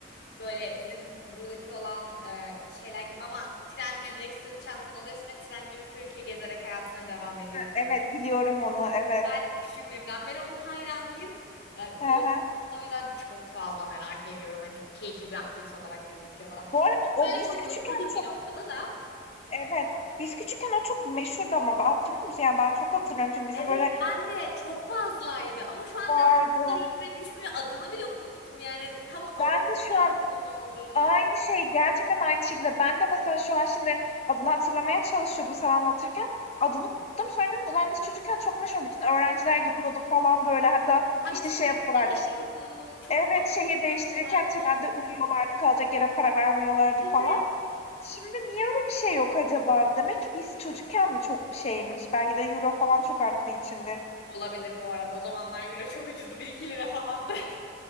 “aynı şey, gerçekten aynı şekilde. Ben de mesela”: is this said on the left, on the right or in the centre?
Left